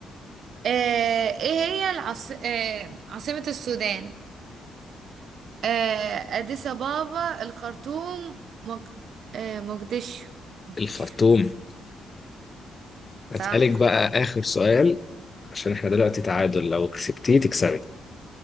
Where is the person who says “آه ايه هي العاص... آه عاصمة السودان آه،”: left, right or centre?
Right